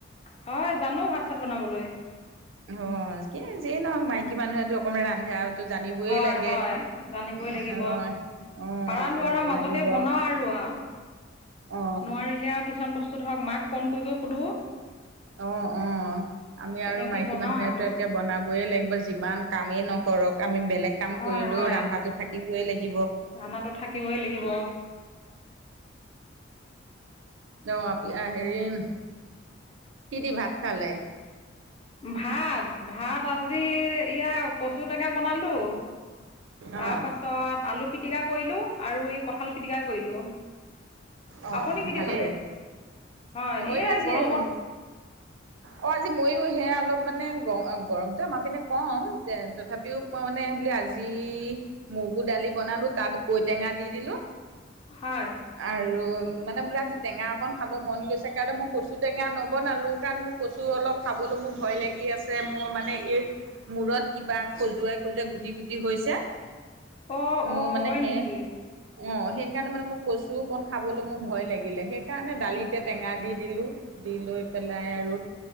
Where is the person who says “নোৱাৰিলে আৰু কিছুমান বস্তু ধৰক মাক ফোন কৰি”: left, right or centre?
Left